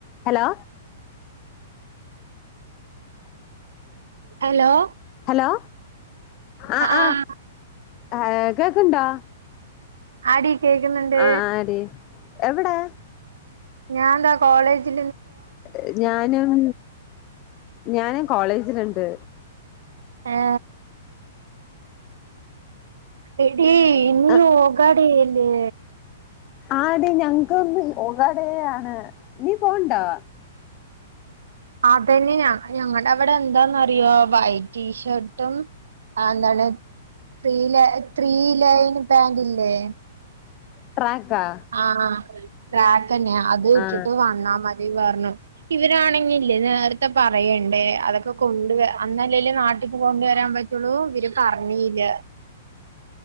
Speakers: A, on the left (about 35°); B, on the right (about 80°).
A: ഹലോ
B: ഹല്ലോ
A: ലോ അആ
B: ആഹ്
A: ആഹ് കേക്ക്ണ്ടോ
B: ആടി കേക്കുന്നുണ്ട്
A: അ ആ ആടി എവടെ
B: ഞാൻതാ കോളേജ്
A: ഹ് ഞാനും ഞാനും കോളേജില്ണ്ട്
B: ഏ എടീ നീ
A: ആ
B: ഓഗാടിയില്ലേ
A: ആടി ഞങ്ങക്ക്ന്ന് ഓഗാടെയാണ് നീ പോണ്ടാ
B: അതന്നെ ഞ ഞങ്ങടെ ഇവടെ എന്താന്നറിയോ വൈറ്റ് ടീ ഷർ ട്ടും ആ എന്താണ് ത്രീ ലെ ത്രീ ലൈൻ പാന്റ് ഇല്ലേ?
A: ട്രാക്കാ
B: ആ ട്രാക്കന്നെ അത് ഇട്ടിട്ട്
A: ആ
B: വന്നാ മതിന്ന് പറഞ്ഞു ഇവരാണെങ്കില്ലേ നേര ത്തെ പറയണ്ടെ അതൊക്കെ കൊണ്ട് വ അന്നന്നെ <unintelligible> നാട്ടിക്ക് കൊണ്ട് വരാൻ പറ്റുള്ളൂ ഇവര് പറഞ്ഞില്ല.